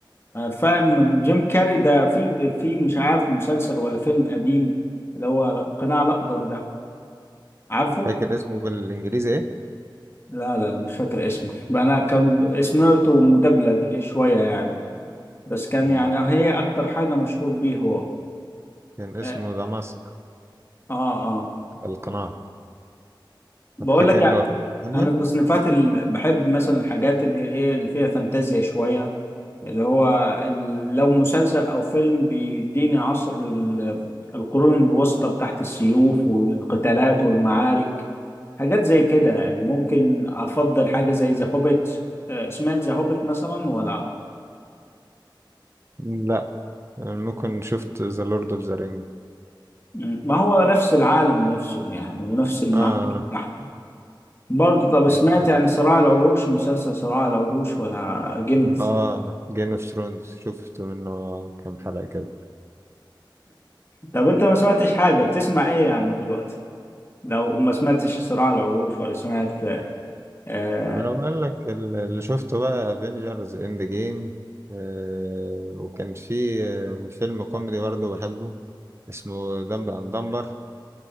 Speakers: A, on the left; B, on the right.
A: آه، فاهم جيم كاري ده في في مش عارف مسلسل ولا فيلم قديم اللي هو قناع الاخضر ده عارفه
B: فاكر اسمه بالانجليزي ايه؟
A: لا لا لا مش فاكر اسمه <laughs> بقى انا كان سمعته مدبلج شوية يعني بس كان
B: مم.
A: يعني هي اكتر حاجة مشهور بيه هو
B: كان اسمه
A: اه
B: ذا ماسك
A: اه آه.
B: القناع
A: بقول
B: طب فاكر
A: لك
B: له افلام تانية؟
A: انا التصنيفات اللي بحب مثلا الحاجات اللي هي ايه اللي فيها فانتازيا شويه اللي هو ال- لو مسلسل او فيلم بيديني عصر ال- القرون الوسطى بتاعت السيوف والقتالات والمعارك حاجات زي كده يعني ممكن افضل حاجه زي ذا هوبيت آه، سمعت ذا هوبيت مثلا ولا
B: لا يعني ممكن شفت ذا لورد اوف ذا رينج
A: مم. ما هو نفس العالم نفسه يعني ونفس المعارك
B: اه
A: بتاعته برضه طب
B: ماشي.
A: سمعت يعني صراع العروش مسلسل صراع العروش ولا جيم
B: اه جيم اوف ثرونز شفت منه كام حلقة كده
A: طب انت ما سمعتش حاجة بتسمع ايه يعني دلوقتي لو ما سمعتش صراع العروش ولا سمعت آه
B: انا بقول لك ال- اللي شفته بقى افنجرز اند جيم آه وكان في آه، فيلم كوميدي برضه بحبه اسمه دمب اند دمبر